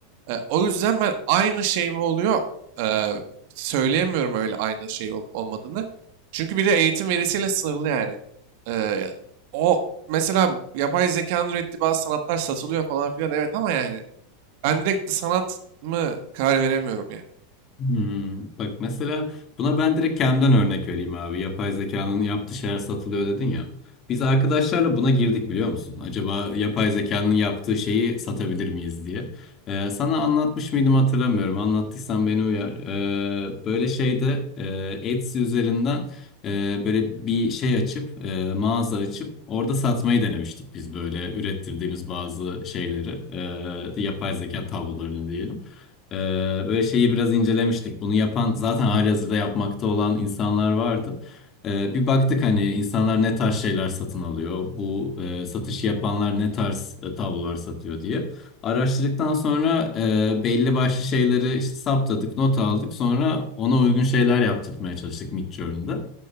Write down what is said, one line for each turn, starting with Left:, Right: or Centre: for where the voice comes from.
Right: E, o yüzden ben aynı şey mi oluyor e, söyleyemiyorum öyle aynı şey olup olmadığını. Çünkü bir de eğitim verisiyle sınırlı yani. E, o mesela yapay zekanın ürettiği bazı sanatlar satılıyor falan filan evet ama yani ben direkt sanat mı karar veremiyorum yani.
Left: Hmm, bak mesela buna ben direkt kendimden örnek vereyim abi. Yapay zekanın yaptığı şeyler satılıyor dedin ya. Biz arkadaşlarla buna girdik biliyor musun? Acaba yapay zekanın yaptığı şeyi satabilir miyiz diye. Ee, sana anlatmış mıydım hatırlamıyorum. Anlattıysam beni uyar. Ee, böyle şeyde e, Etsy üzerinden e, böyle bir şey açıp e, mağaza açıp orada satmayı denemiştik biz böyle ürettirdiğimiz bazı şeyleri. e, yapay zeka tablolarını diyelim. Ee, böyle şeyi biraz incelemiştik. Bunu yapan zaten halihazırda yapmakta olan insanlar vardı. Ee, bir baktık hani insanlar ne tarz şeyler satın alıyor. Bu e, satışı yapanlar ne tarz e, tablolar satıyor diye. Araştırdıktan sonra e, belli başlı şeyleri işte saptadık, not aldık. Sonra ona uygun şeyler yaptırmaya çalıştık Midjourney'de.